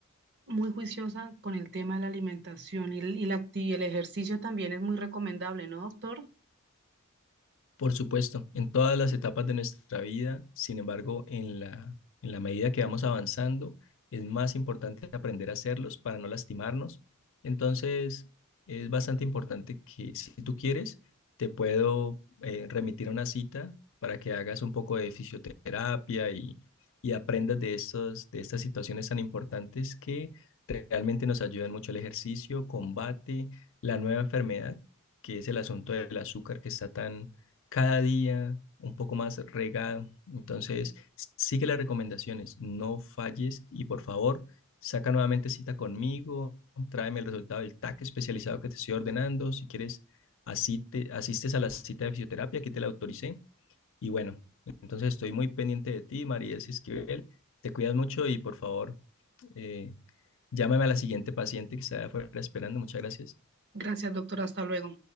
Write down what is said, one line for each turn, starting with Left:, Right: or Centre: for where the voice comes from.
Right: muy juiciosa con el tema de la alimentación y, el- y la, acti- el ejercicio también es muy recomendable, ¿no, doctor?
Left: Por supuesto, en todas las etapas de nuestra vida, sin embargo, en la, en la medida que vamos avanzando, es más importante aprender a hacerlos para no lastimarnos. Entonces, es bastante importante que si tú quieres, te puedo eh, remitir a una cita para que hagas un poco de fisioterapia y, y aprendas de estos, de estas situaciones tan importantes que realmente nos ayudan mucho el ejercicio, combate, la nueva enfermedad, que es el asunto del azúcar que está tan cada día un poco más regado. Entonces, sigue las recomendaciones, no falles y por favor, saca nuevamente cita conmigo, tráeme el resultado del TAC especializado que te estoy ordenando. Si quieres, asiste- asistes a la cita de fisioterapia, aquí te la autoricé. Y bueno, entonces estoy muy pendiente de ti, Mariel Esquivel. Te cuidas mucho y por favor, eh, llámame a la siguiente paciente que está afuera esperando. Muchas gracias.
Right: Gracias, doctor. Hasta luego.